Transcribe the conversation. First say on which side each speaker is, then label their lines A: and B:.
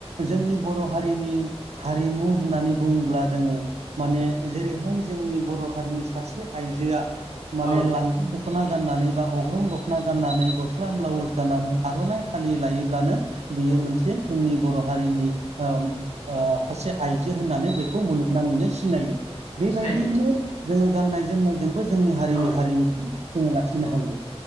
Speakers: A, on the right (about 85°); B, on the left (about 70°).
A: जोंनि बर' हारिनि हारिमु होननानै बुङोब्ला जोङो माने जेरैहाय जोंनि बर' हारिनि सासे आइजोआ माने
B: औ
A: लांगा दख'ना गाननानै बा अग्रं दख'ना गाननानै गस्ला ब्लाउस
B: औ
A: गाननानै आर'नाइ फालि लायोब्लानो बियो
B: औ
A: मोनसे जोंनि बर' हारिनि ओ सासे आइजो होननानै बेखौ मुलुगनाङैनो सिनायो। बेबायदियैनो
B: सिनाय जायो
A: जोङो गाननाय जोमनायजोंबो जोंनि हारिनि
B: औ
A: हारिमु जोङो लाखिनो
B: औ
A: हायो